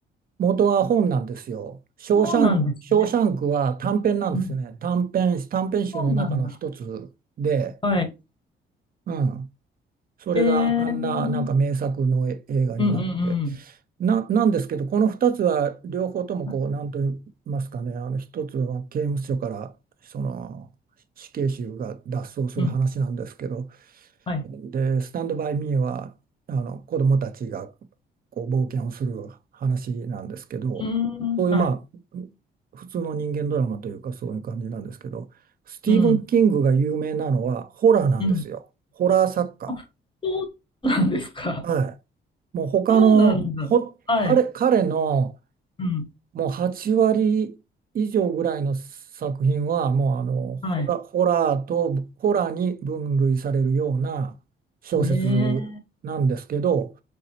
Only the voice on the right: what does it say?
元は本なんですよ。ショーシャンク、
ショーシャンクは短編なんですよね。
短編、短編集の中の一つで、
うん。それがあんな、
なんか名作のえ映画になって。
な、なんですけど、この二つは両方ともこう、
なんと言いますかね、あの一つは刑務所から、その、死刑囚が脱走する話なんですけど、
で、スタンドバイミーはあの子どもたちがこう冒険をする話なんですけど、
そういうまあ
普通の人間ドラマというかそういう感じなんですけど、スティーブン・
キングが有名なのはホラーなんですよ。
ホラー作家。
はい。もう他のほ彼、
彼の
もう8割以上ぐらいの作品はもうあのホラ、
ホラーとホラーに分類されるような小説なんですけど、